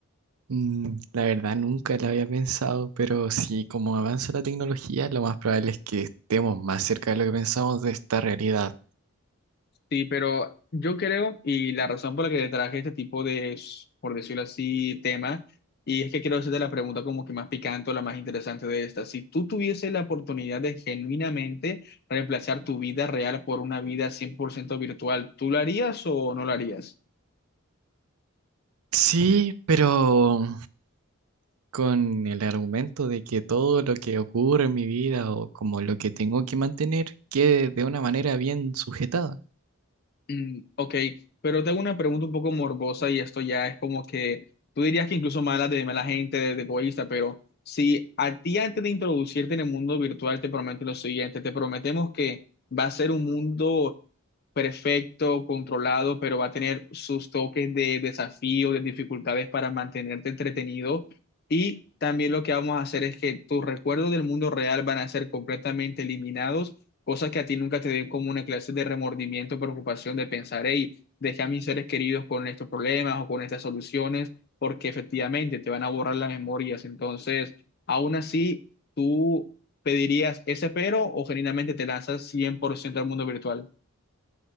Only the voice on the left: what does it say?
Sí, pero yo creo, y la razón por la que traje este tipo de, por decirlo así, tema, y es que quiero hacerte la pregunta como que más picante o la más interesante de esta. Si tú tuvieses la oportunidad de genuinamente reemplazar tu vida real por una vida 100% virtual, ¿tú lo harías o no lo harías?
Mm, ok, pero tengo una pregunta un poco morbosa y esto ya es como que tú dirías que incluso mala de mala gente, de, de egoísta, pero si a ti antes de introducirte en el mundo virtual te prometen lo siguiente, te prometemos que va a ser un mundo perfecto, controlado, pero va a tener sus toques de desafío, de dificultades para mantenerte entretenido. Y también lo que vamos a hacer es que tus recuerdos del mundo real van a ser completamente eliminados, cosas que a ti nunca te den como una clase de remordimiento, preocupación de pensar, hey, dejé a mis seres queridos con estos problemas o con estas soluciones, porque efectivamente te van a borrar las memorias. Entonces, aún así, tú... ¿Pedirías ese pero o genuinamente te lanzas 100% al mundo virtual?